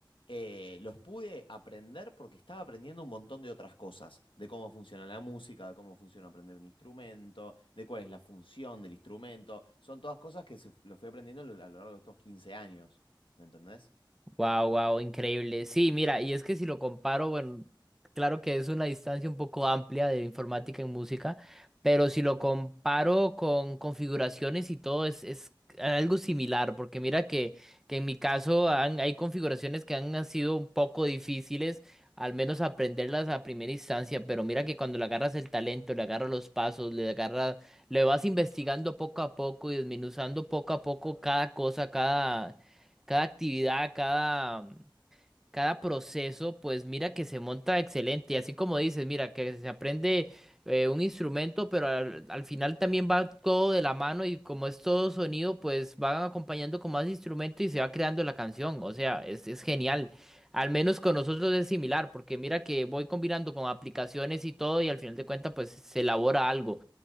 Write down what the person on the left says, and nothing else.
eh, los pude aprender porque estaba aprendiendo un montón de otras cosas, de cómo funciona la música, de cómo funciona aprender un instrumento, de cuál es la función del instrumento. Son todas cosas que se, lo fui aprendiendo a lo a lo largo de estos quince años, ¿me entendés?